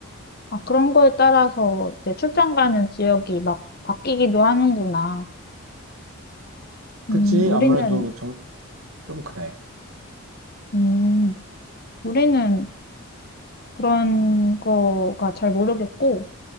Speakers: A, on the left; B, on the right.
A: 아, 그런 거에 따라서 이제 출장 가는 지역이 막 바뀌기도 하는구나. 음,
B: 그치?
A: 우리는,
B: 아무래도 정- 좀 그래.
A: 음, 우리는 그런 거가 잘 모르겠고,